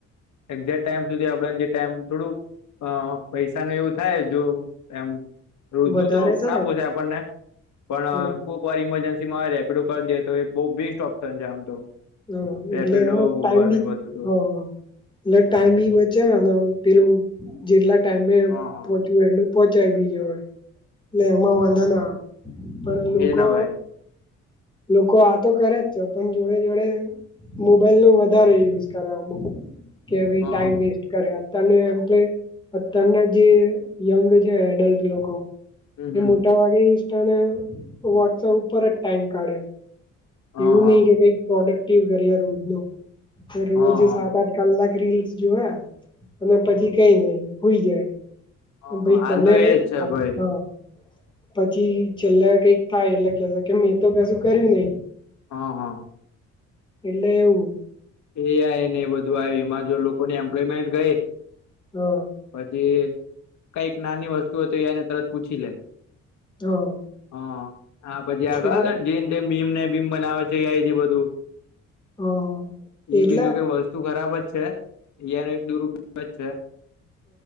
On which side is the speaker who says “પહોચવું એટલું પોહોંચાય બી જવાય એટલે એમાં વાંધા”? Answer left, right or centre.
Left